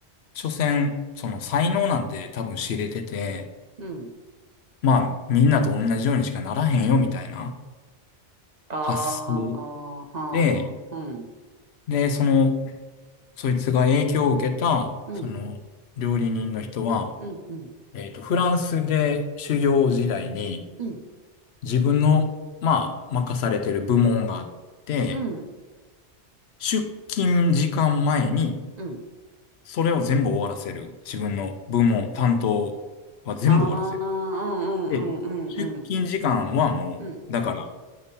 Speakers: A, on the left; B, on the right.
A: 所詮、その才能なんて多分知れてて、
B: うん。
A: まあ、みんなと同じようにしかならへんよ、みたいな
B: ああ、
A: 発想
B: はあはあ。
A: で、
B: うん。
A: で、その、そいつが影響を受けた、
B: うん。
A: その、料理人の人は、
B: うんうん。
A: えっと、フランスで修行時代に、
B: うん。
A: 自分の、まあ、任されてる部門があって、
B: うん。
A: 出勤時間前に、
B: うん。
A: それを全部終わらせる。自分の部門、担当は全部終わらせる。
B: はあ、うんうんうんうんうん。
A: で、出勤時間はもう、
B: うん。
A: だから、